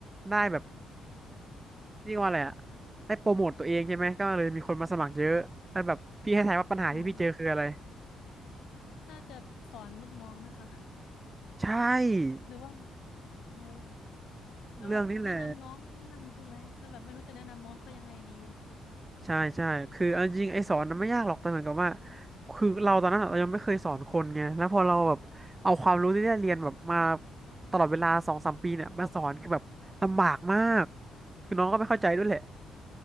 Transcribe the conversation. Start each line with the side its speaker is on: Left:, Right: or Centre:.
Right: ได้แบบ นี่ว่าอะไรอะได้โปรโมทตัวเองใช่ไหม ก็เลยมีคนมาสมัครเยอะแล้วแบบพี่ให้ทายว่าปัญหาที่พี่เจอคืออะไร
Left: ค่ะน่าจะสอนรุ่นน้องไหมคะ
Right: ใช่
Left: หรือว่าเออแล้วแบบแนะนำน้องนั่งใช่ไหมแล้วแบบไม่รู้จะแนะนำน้องเขายังไงดี
Right: เรื่องนี้แหละใช่ใช่คือเอาจริงไอ้สอนน่ะไม่ยากหรอกแต่เหมือนกับว่า
Left: อืม
Right: คือเราตอนนั้นอะเรายังไม่เคยสอนคนไงแล้วพอเราแบบเอาความรู้ที่ได้เรียนแบบมาตลอดเวลาสองสามปีเนี่ยมาสอนคือแบบลำบากมากคือน้องก็ไม่เข้าใจด้วยแหละ